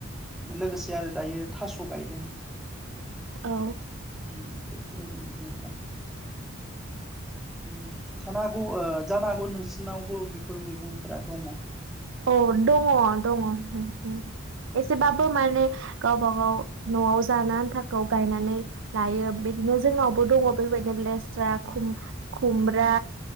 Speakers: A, in the centre; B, on the right.
A: लोगोसे आरो दायो थास' गायदों
B: औ
A: ओम दे बेफोरबायदि मैगंफोरा ओम थानो हा अ ओ जानो हागौ नोंसिनावबो बेफोर मैगंफोरा दङ
B: औ दङ दङ ओम- ओम एसेबाबो माने गावबागाव न'आव जानो आन्थाखौ गायनानै लायो बिदिनो जोंनावबो दङ बेफोरबायदिनो लेस्रा खुम-खुमब्रा